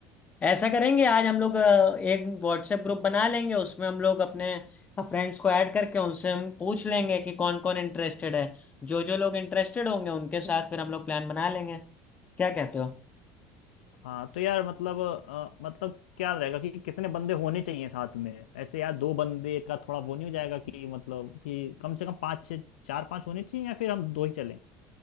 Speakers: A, on the left; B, on the left.
A: ऐसा करेंगे आज हम लोग अ, एक व्हाट्सएप ग्रुप बना लेंगे उसमें हम लोग अपने फ्रेंड्स को ऐड करके उनसे हम पूछ लेंगे कि कौन कौन इंटरेस्टेड है जो जो लोग इंटरेस्टेड होंगे उनके साथ फिर हम लोग प्लान बना लेंगे क्या कहते हो
B: हाँ तो यार मतलब अ, मतलब क्या रहेगा कि कितने बंदे होने चाहिए साथ में ऐसे यार दो बंदे का थोड़ा वो नहीं हो जाएगा कि मतलब कि कम से कम पाँच छः चार पाँच होने चाहिए या फिर हम दो ही चलें